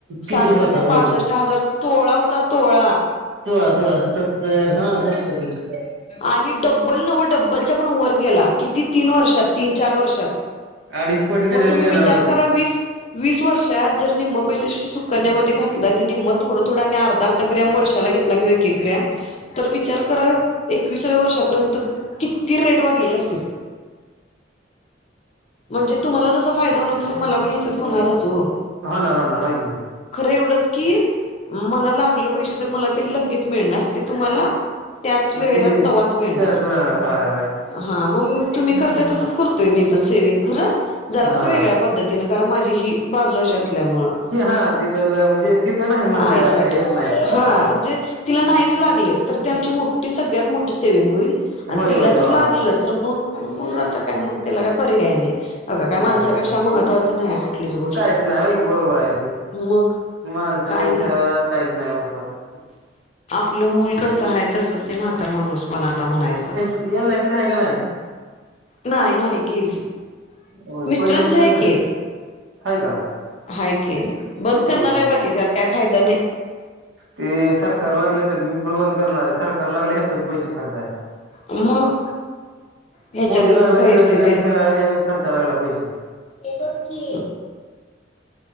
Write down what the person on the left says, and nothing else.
साठ हजार
का
पासष्ट हजार तोळा होता तोळा
आणि डब्बल नव्ह डब्बलच्या पण वर गेला किती तीन वर्षात तीन चार वर्षात
मग तुम्ही
विचार
करा वीस वीस वर्षांत जर निम्म पैसे सुकन्या मध्ये घातल आणि निम्म थोड थोड आम्ही- अर्ध अर्ध ग्रम वर्षाला घेतला किंवा एक एक ग्रम विचार करा एक दा विसाव्या वर्षापर्यंत किती रेट वाढलेले असतील म्हणजे तुम्हाला जस फायदा होणार तस मला पण ह्याच्यात होणारच ओ
खर एवढंच की मला लागल पैसे तर मला ते लगेच मिळणार ते तुम्हाला त्याच वेळेला
तवाच मिळणार
हा मग तुम्ही करताय तसच करतोय मी सेविग रं जरास
वेगळ्या पद्धतीनं तिनं कारण माझी ही बाजू अशी असल्यामुळ
आईसाठी
म्हणजे तिला नाहीच लागले तर ती आमची मोठी सगळ्यात मोठी सेविंग होईल आणि
तिला
जर
लागल तर मग मग आता काय मग त्याला काय पर्याय नाही अगं काय माणसापेक्षा
महत्त्वाच नाही कुठलीच गोष्ट
मग
काय नाही.
आपल मूल कस आहे तसंच ते म्हातार माणूस पण आता म्हणायच
नाही नाही केली
मिस्टरांची
आहे
की
हाय की क बंद करणार
आहे ब तिच्यात काय फायदा नाही
मग ह्याच्यातलंच
पैसे
ये बोल की